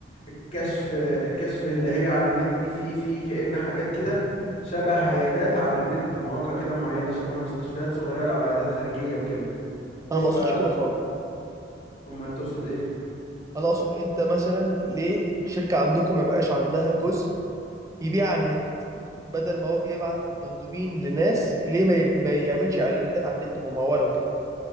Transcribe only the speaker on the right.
انا
ما اقصدش كده خالص
انا اقصد انت مثلا ليه الشركة عندكم ما يبقاش عندها جزء يبيع على النت بدل ما هو بيبعت مندوبين لناس ليه ما, ي... ما يعملش اعلانات على النت ممولة وكده